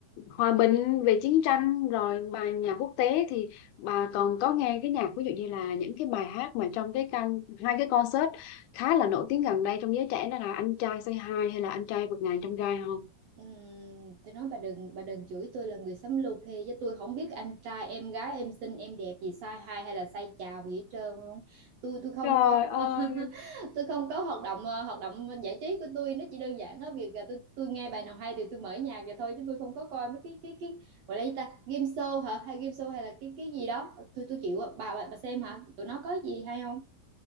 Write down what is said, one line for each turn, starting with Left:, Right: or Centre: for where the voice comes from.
Left: hòa bình về chiến tranh rồi bài nhạc quốc tế thì bà còn có nghe cái nhạc ví dụ như là những cái bài hát mà trong cái can hai cái concert khá là nổi tiếng gần đây trong giới trẻ đó là anh trai Say Hi hay là anh trai vượt ngàn chông gai không
Right: Ừm, tôi nói bà đừng bà đừng chửi tôi là người sống lưu khi chứ tôi không biết anh trai em gái em xinh em đẹp gì sai hay hay là sai chào gì hết trơn luôn tôi tôi không
Left: Trời
Right: có
Left: ơi
Right: <laughs> tôi không có hoạt động ờ, hoạt động giải trí của tôi nó chỉ đơn giản á việc là tôi tôi nghe bài nào hay thì tôi mở nhạc vậy thôi chứ tôi không có coi mấy cái cái cái gọi là gì ta game show hả hay game show hay là cái cái gì đó tôi tôi chịu ạ. bà bà, bà xem hả tụi nó có gì hay không